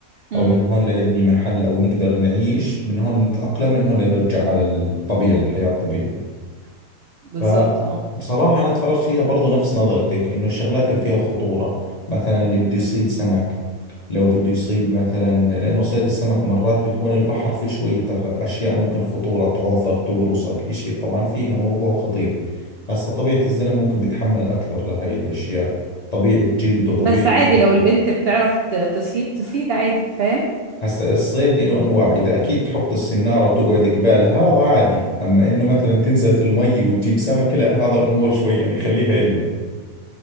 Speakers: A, on the right; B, on the left.
A: امم
B: أو من هون لنبني محل أو نقدر نعيش من هون نتأقلم من هون لنرجع على الطبيعة الحياة الطبيعية
A: بالظبط
B: فبصراحة
A: اه
B: أنا اتفرجت فيها برضو نفس نظرتك إنه الشغلات اللي فيها خطورة مثلا اللي بده يصيد سمك لو بده يصيد مثلا لأنه صيد السمك مرات بيكون البحر فيه شوية تغ- أشياء ممكن خطورة تعضك تقرصك إشي طبعا فيها موضوع خطير هسا طبيعة الزلم ممكن بيتحمل أكثر لهاي الأشياء طبيعة جلده طبيعة
A: بس عادي
B: جسمه
A: لو البنت بتعرف ت- تصيد تصيد عادي فاهم
B: هسا الصيد له أنواع إذا أكيد تحط السنارة وتقعد قبالها هذا عادي أما إنه مثلا تنزل في المي وتجيب سمكة لا هذا الأمور شوي يعني خليها إلنا